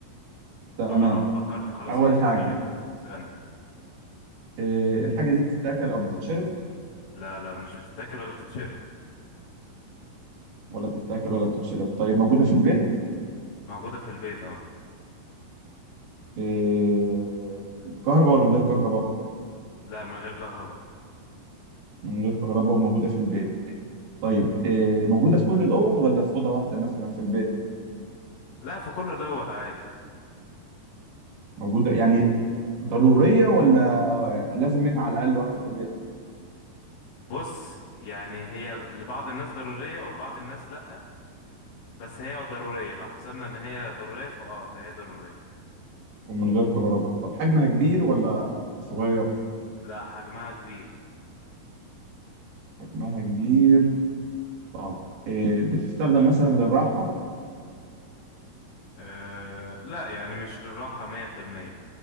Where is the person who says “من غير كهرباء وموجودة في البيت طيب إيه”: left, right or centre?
Right